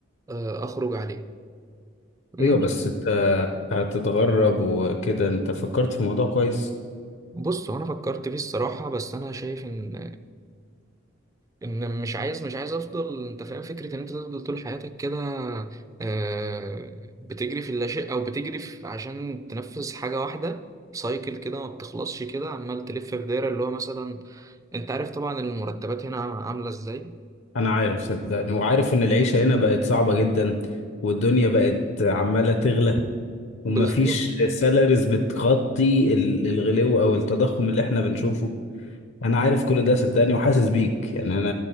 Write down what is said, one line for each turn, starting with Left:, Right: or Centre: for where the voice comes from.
Right: أه اخرج عليه مم.
Left: ايوه بس انت هتتغرب وكده انت فكرت في الموضوع كويس
Right: بص هو انا فكرت فيه الصراحه بس انا شايف ان ان مش عايز مش عايز افضل انت فاهم فكره ان انت تفضل طول حياتك كده آه، بتجري في اللاشيء او بتجري في عشان تنفذ حاجه واحده سايكل كده ما بتخلصش كده عمال تلف في دايره اللي هو مثلا انت عارف طبعا المرتبات هنا عامله ازاي
Left: انا عارف صدقني وعارف ان العيشة هنا بقت صعبة جدا والدنيا بقت عمالة تغلى ومفيش
Right: بالظبط
Left: سالاريز بتغطي ال- الغلو او التضخم اللي احنا بنشوفه انا عارف كل ده صدقني وحاسس بيك يعني انا